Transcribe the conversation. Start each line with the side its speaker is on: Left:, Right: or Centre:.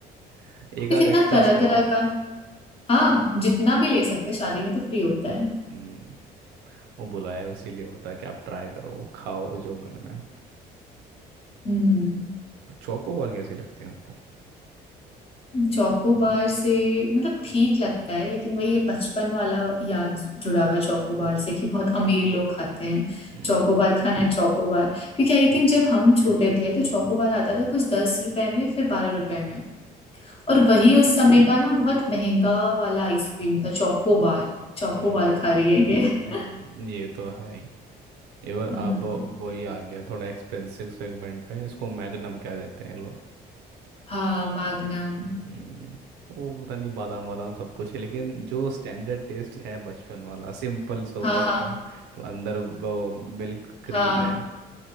Right: <laughs> एक आध
Left: कितना
Right: एक्स्ट्रा
Left: तरह
Right: स्कोप
Left: तरह का हाँ जितना भी ले सकते हैं शादी में तो फ्री होता है
Right: हम्म वो बुलाया इसीलिए होता है कि आप ट्राई करो खाओ जो मन में आए।
Left: हम्म
Right: चौकोबार कैसी लगती है आपको
Left: चौकोबार से मतलब ठीक लगता है लेकिन वही ये बचपन वाला याद जुड़ा हुआ है चौकोबार से कि बहुत अमीर लोग खाते हैं
Right: हम्म
Left: चौकोबार खाना है चौकोबार क्योंकि आई थिंक जब हम छोटे थे तो चौकोबार आता था कुछ दस रुपए में फिर बारह रुपए में और वही
Right: हाँ।
Left: उस समय का ना बहुत महंगा वाला आइसक्रीम था चौकोबार चौकोबार
Right: हम्म
Left: खा रही है ये
Right: हम्म
Left: <laughs>
Right: ये तो है ही एवर
Left: हम्म
Right: अब वही आ गया थोड़ा एक्सपेंसिव सेगमेंट में इसको मैग्नम कह देते हैं लोग
Left: हाँ मैग्नम
Right: हम्म वो पता नहीं बादाम बादाम सब कुछ है लेकिन जो स्टैंडर्ड टेस्ट है बचपन वाला सिंपल सोबर
Left: हाँ हाँ
Right: एकदम तो अंदर वो मिल्क क्रीम
Left: हाँ
Right: है